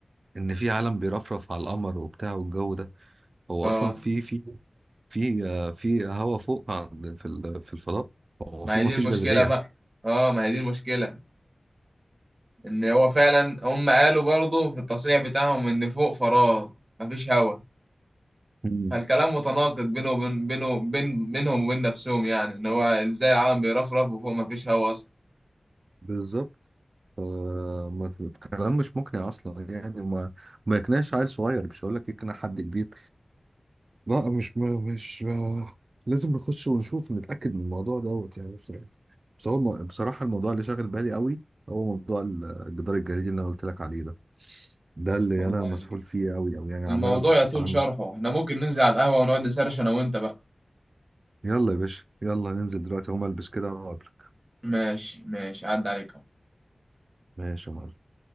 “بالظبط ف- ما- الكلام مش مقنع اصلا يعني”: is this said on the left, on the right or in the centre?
Right